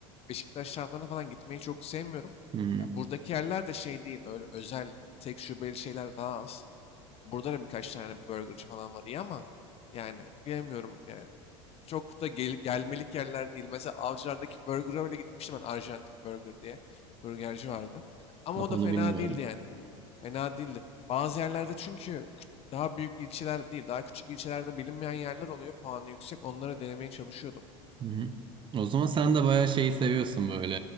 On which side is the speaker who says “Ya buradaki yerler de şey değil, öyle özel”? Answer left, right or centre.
Left